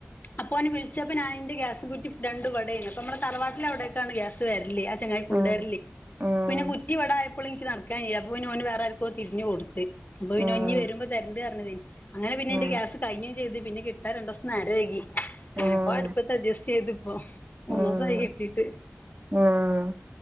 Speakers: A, on the left; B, on the right.
A: അപ്പോന് വിൾച്ചപ്പോഞാന് ന്റെഗ്യാസ് കുറ്റിരണ്ടുംവിടേയ്നു അപ്പൊമ്മളെ തറവാട്ടിലവിടേക്കാണ്ഗ്യാസ് വര്ല്ല് ചെങ്ങായി കുണ്ടേര്ല്.
B: ഉം ഉം
A: പിന്നെകുറ്റിവടായ ഇപ്പളും ഇൻക്ക് നട്ക്കാൻയ്യാ. അപ്പൊ പിന്നെ ഓന് വേറെ ആര്ക്കോ തിരിഞ്ഞ്കൊട്ത്ത്. അപ്പൊ പിന്നെ
B: ഉം
A: ഞ്ഞി വെര്മ്പൊ തരണ്ട് അർഞ്ഞതേനി. അങ്ങനെ പിന്നെന്റെ
B: ഉം
A: ഗ്യാസ്കഴിഞ്ഞും ചെയ്ത്. പിന്നെകിട്ടാൻ രണ്ടൂസം നേരം വൈകി എങ്ങനെക്കോ
B: ഉം
A: അട്പ്പത്ത് അഡ്ഡ്ജസ്റ്റ് ചെയ്ത്പ്പൊ മൂന്നൂസായി
B: ഉം
A: കിട്ടീട്ട്
B: ഉം